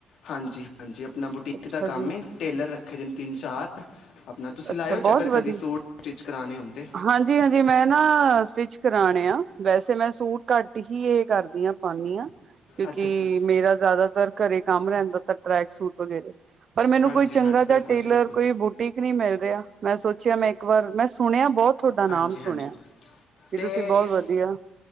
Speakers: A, on the left; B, on the right.
A: ਹਾਂਜੀ-ਹਾਂਜੀ, ਆਪਣਾ ਬੁਟੀਕ
B: ਅੱਛਾ
A: ਦਾ
B: ਜੀ,
A: ਕੰਮ ਏ, ਟੇਲਰ ਰੱਖੇ ਦੇ ਨੇ ਤਿੰਨ- ਚਾਰ। ਆਪਣਾ ਤੁਸੀਂ
B: ਅੱਛਾ
A: ਲਾਇਓ
B: ਬਹੁਤ
A: ਚੱਕਰ ਕਦੀ,
B: ਵਧੀਆ।
A: ਸੂਟ ਸਟਿੱਚ ਕਰਾਨੇ ਹੋਣ ਤੇ।
B: ਹਾਂਜੀ-ਹਾਂਜੀ, ਮੈਂ ਨਾ ਸਟਿਚ ਕਰਾਣੇ ਆ, ਵੈਸੇ ਮੈਂ ਸੂਟ ਘੱਟ ਹੀ ਇਹ ਕਰਦੀ ਆ। ਪਾਨੀ ਆਂ, ਕਿਉਂਕਿ
A: ਅੱਛਾ ਅੱਛਾ
B: ਮੇਰਾ ਜ਼ਿਆਦਾਤਰ ਘਰੇ ਕੰਮ ਰਹਿੰਦਾ, ਤਾਂ ਟਰੈਕ ਸੂਟ ਵਗੈਰੇ ਪਰ ਮੈਨੂੰ
A: ਹਾਂਜੀ
B: ਕੋਈ ਚੰਗਾ
A: ਹਾਂਜੀ ਬਿਲਕੁਲ
B: ਜਾ ਟੇਲਰ,
A: ਜੀ ਬਿਲਕੁਲ
B: ਕੋਈ ਬੁ ਟੀਕ ਨੀ ਮਿਲ ਰਿਹਾ, ਮੈਂ ਸੋਚਿਆ ਮੈਂ ਇੱਕ ਵਾਰ ਮੈਂ ਸੁਣਿਆ ਬਹੁਤ ਥੋਡਾ ਨਾਮ
A: ਹਾਂਜੀ ਹਾਂਜੀ
B: ਸੁਣਿਆ, ਕੀ
A: ਤੇ
B: ਤੁਸੀਂ ਬਹੁਤ
A: ਇਸ
B: ਵਧੀਆ।